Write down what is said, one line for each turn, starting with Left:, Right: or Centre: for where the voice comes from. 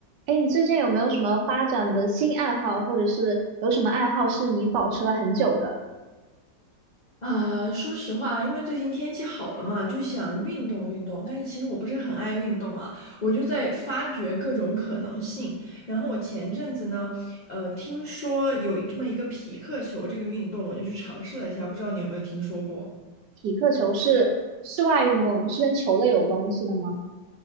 Right: 哎，你最近有没有什么发展的新爱好，或者是有什么爱好是你保持了很久的？
Left: 啊，说实话，因为最近天气好了嘛，就想运动运动。但是其实我不是很爱运动啊，我就在发掘各种可能性。然后我前阵子呢，呃，听说有这么一个匹克球这个运动，我就去尝试了一下，不知道你有没有听说过？
Right: 匹克球是室外运动，是跟球类有关系的吗？